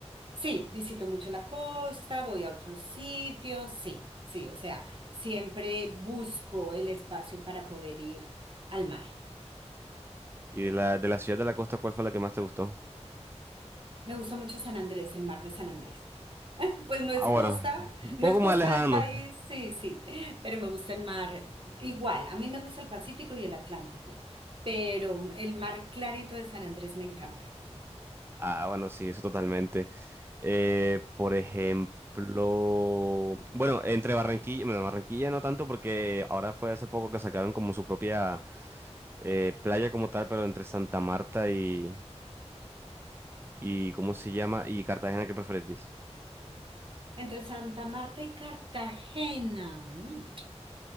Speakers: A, on the right; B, on the right.
A: Sí, visito mucho la costa, voy a otros sitios, sí, sí, o sea, siempre busco el espacio para poder ir al mar.
B: Y de la, de la ciudad de la costa, ¿cuál fue la que más te gustó?
A: Me gusta mucho San Andrés, el mar de San Andrés. <laughs> Pues no es
B: Ah, bueno,
A: costa,
B: un poco
A: no es
B: más
A: costa
B: lejano.
A: del país, sí, sí, pero me gusta el mar igual. A mí me gusta el Pacífico y el Atlántico, pero el mar clarito de San Andrés me encanta.
B: Ah, bueno, sí, eso totalmente. Eh, por ejemplo, bueno, entre Barranquilla, bueno, Barranquilla no tanto porque ahora fue hace poco que sacaron como su propia eh, playa como tal, pero entre Santa Marta y, y ¿cómo se llama? Y Cartagena, ¿qué preferís?
A: Entre Santa Marta y Cartagena. mm.